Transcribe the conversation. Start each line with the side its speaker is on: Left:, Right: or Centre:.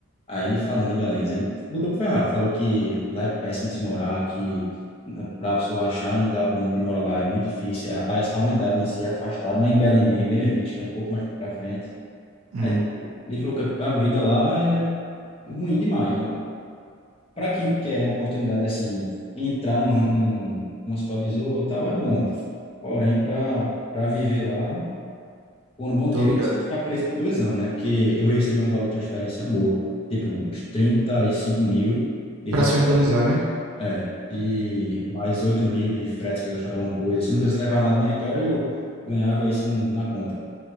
Left: Aí ele falando de Belém, ele botou pra ferrar, falou que lá é péssimo de se morar, que na- pra pessoa achar um lugar bom de morar lá é muito difícil, é- a, a unidade em si é afastada, não é em Belém mesmo, é em Benevides, que é um pouco mais pra frente.
Right: Hum,
Left: Aí tipo, ele falou que a a vida lá é ruim demais, para quem quer uma oportunidade assim, entrar num, num, como supervisor e tal, é bom. Porém, para para viver lá por um bom
Right: tô
Left: tempo,
Right: ligado.
Left: ficar preso por dois anos, né? Porque eu recebi um valor de transferência boa, tipo uns 35 mil de
Right: Para
Left: transferência,
Right: se organizar, né?
Left: é, e mais 8 mil de frete que eu levava alguma coisa. Se eu não quisesse levar nada de Vitória, eu ganhava isso um- na conta.